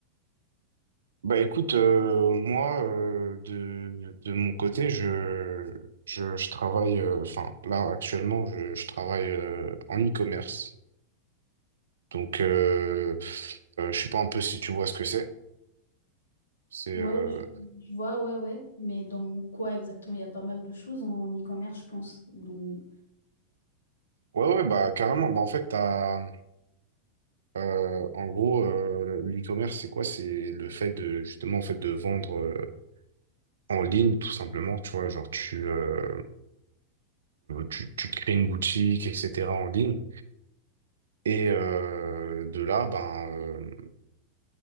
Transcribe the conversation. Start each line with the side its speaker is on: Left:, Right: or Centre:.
Right: Bah écoute, euh, moi euh, de, de mon côté, je, je, je travaille, euh, enfin là actuellement, je, je travaille euh, en e-commerce. Donc euh, euh, je sais pas un peu si tu vois ce que c'est. C'est
Left: Ouais,
Right: euh,
Left: je je vois, ouais, ouais, mais dans quoi exactement? Il y a pas mal de choses en e-commerce, je pense. Donc...
Right: ouais ouais bah carrément. Bah en fait t'as euh, en gros euh, l'e-commerce c'est quoi? C'est le fait de justement en fait de vendre euh, en ligne tout simplement. Tu vois genre tu euh, tu, tu crées une boutique etc en ligne. Et heu, de là, ben, heu,